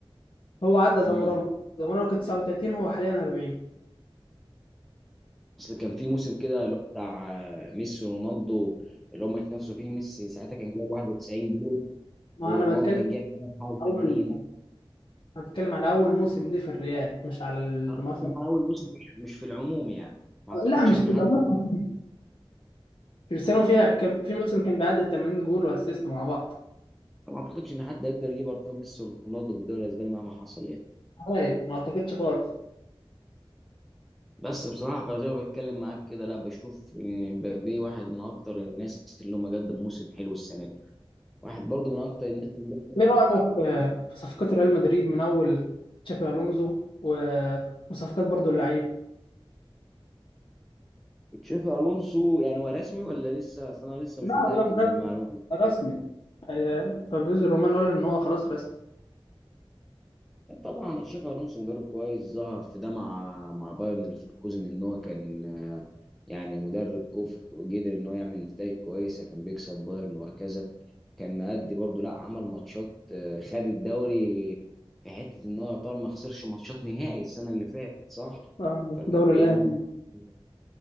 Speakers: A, on the left (about 60°); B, in the centre.
A: هو عدى
B: امم
A: زامورانو زامورانو كان 39 هو حاليا 40
B: اصل كان في موسم كده اللي هو بتاع آه، ميسي ورونالدو اللي هم اتنافسوا فيه ميسي ساعتها كان جايب 91 جول
A: ما
B: ورونالدو
A: انا بتكلم
B: كان جايب 81
A: عن اول انا بتكلم على اول موسم ليه في الريال مش على الموسم
B: انا بتكلم على اول موسم مش مش في العموم يعني ما اعتقدش
A: لا مش
B: ان
A: في العموم
B: حد يقدر-
A: كريستيانو فيها كان في موسم كان بيعدي 80 جول واسيست مع بعض
B: ما اعتقدش ان حد يقدر يجيب ارقام ميسي ورونالدو في الدوري الاسباني مهما حصل يعني
A: عادي ما اعتقدش خالص
B: بس بصراحة فزي ما بتكلم معاك كده لا بشوف إن مبابي واحد من أكتر الناس اللي هم قدم موسم حلو السنة دي، واحد برضو من أكتر الناس اللي قدم
A: ايه رأيك في في صفقات ريال مدريد من اول تشابي الونزو و- وصفقات برضو اللعيبه
B: تشافي ألونسو يعني هو رسمي ولا لسه أصل أنا لسه
A: لا
B: مش متأكد
A: لا
B: من
A: ده
B: المعلومة دي.
A: رسمي آه، فابريزو رومان قال ان هو خلاص رسمي
B: طبعا تشافي ألونسو مدرب كويس ظهر في ده مع مع بايرن ليفركوزن إن هو كان يعني مدرب كفء وقدر إن هو يعمل نتائج كويسة كان بيكسب بايرن وهكذا كان مأدي برضه لا عمل ماتشات آه، خد الدوري في حتة ان هو يعتبر ما خسرش ماتشات نهائي السنة اللي فاتت صح
A: آه،
B: فكان
A: دوري
B: بيعمل
A: اللاعب دي
B: <laughs>